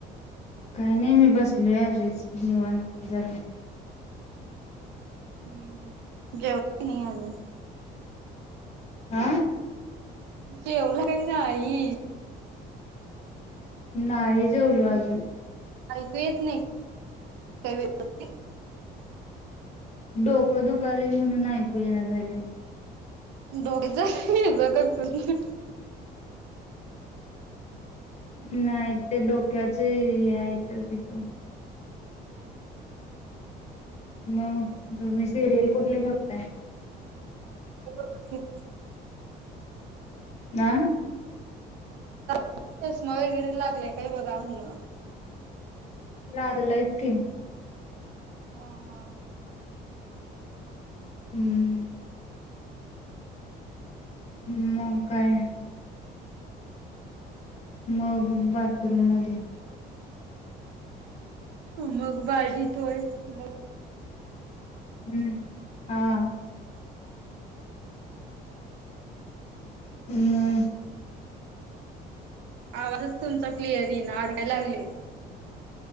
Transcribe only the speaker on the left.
काय नाही मी बसलोय अशीच निवांत जरा.
आ.
नाही जेवलो अजून.
डोकं दुखायंल म्हणून ऐकू येई ना झालंय.
नाही ते डोक्याचं हे आहेथ तिथे. मग! तुम्ही सिरियल, कुठले बघताय?
आ!
लागलंय चं की.
हूं! मंग काय? मग बात. रूममध्ये.
हूं हां! हूं